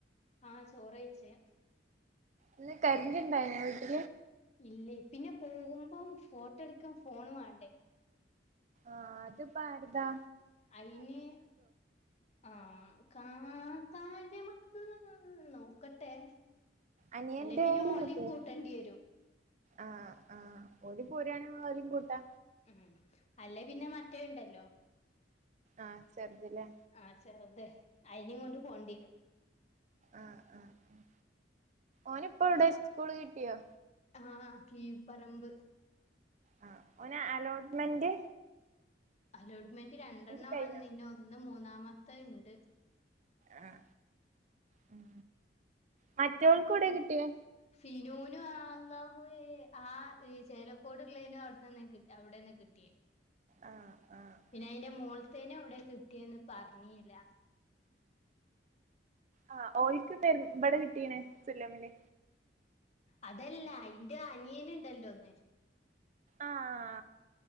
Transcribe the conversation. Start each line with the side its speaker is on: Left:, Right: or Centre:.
Left: ആഹ് ചോറെയ്ച്ച്
Right: ഇന്ന് കരണ്ട് ഇണ്ടായിനൊ വീട്ടില്
Left: ഇല്ലേ പിന്നെ പോകുമ്പം ഫോട്ടോ എടുക്കാൻ ഫോൺ വാണ്ടേ
Right: ആഹ് അത്പ്പോ ആര്താ
Left: അയിന് ആഹ് കാണാ കാര്യമക്ക് നോക്കട്ടെ
Right: അനിയന്റെയാലും
Left: അല്ലെ പിന്നെ ഓലിം
Right: കിട്ടോ
Left: കൂട്ടേണ്ടിരും
Right: ആഹ് ആഹ് ഓല് പോരാണെ ഓലേം കൂട്ടാ
Left: ഉം അല്ലേ പിന്നെ മറ്റേ ണ്ടല്ലോ
Right: ആഹ് ചെറുത് ലേ
Left: ആഹ് ചെറുതെ അയിനേം കൊണ്ട് പോണ്ട്യരും
Right: ആഹ് ആഹ് ആഹ് ഓനിപ്പോ എവിടെ സ്കൂൾ കിട്ടിയോ
Left: ആഹ് കീപറമ്പ്
Right: ആഹ് ഓന് അലോട്ട്മെന്റ്
Left: അലോട്ട്മെന്റ് രണ്ടെണ്ണം
Right: ഇത് കഴിഞ്ഞോ
Left: വന്നിനു ഒന്ന് മൂന്നാമത്തെണ്ട്
Right: ആഹ് ഉം മറ്റവൾക്ക്‌ എവ്ടെ കിട്ടിയേ
Left: ഫിനൂനു ആള്ളാഹുവേ ആഹ് ചേലക്കോട്ള്ളെനും അവിട്ത്തെന്നെ കി അവിടെന്നെ കിട്ടിയെ
Right: ആഹ് ആഹ്
Left: പിന്നെ
Right: ആഹ്
Left: അയിന്റെ മോൾത്തേനെ എവ്ടെ കിട്ടിയെന്ന് പറഞ്ഞീല്ല
Right: ആഹ് ഓൽക്ക് പെരു ഇവിടെ കിട്ടീണെ സുല്ലമില്
Left: അതല്ല അയിന്റെ അനിയെന്ണ്ടല്ലോ ഒന്ന്
Right: ആഹ്